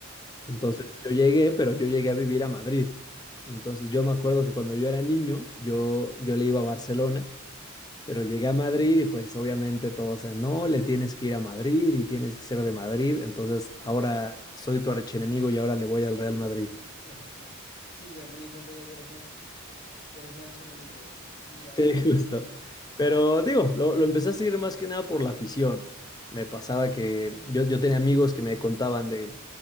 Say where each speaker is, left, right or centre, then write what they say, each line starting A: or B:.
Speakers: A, on the left; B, on the left.
A: Ok.
B: Entonces yo llegué, pero yo llegué a vivir a Madrid. Entonces yo me acuerdo que cuando yo era niño, yo, yo le iba a Barcelona, pero llegué a Madrid y pues obviamente todos, o sea, no, le tienes que ir a Madrid y tienes que ser de Madrid. Entonces ahora soy tu archienemigo y ahora le voy al Real Madrid.
A: <laughs> Sí, ya me di cuenta ya que eres mi, ar- que eres mi archienemigo. Mira,
B: Sí,
A: y...
B: <laughs> justo. Pero digo, lo, lo empecé a seguir más que nada por la afición. Me pasaba que yo, yo tenía amigos que me contaban de,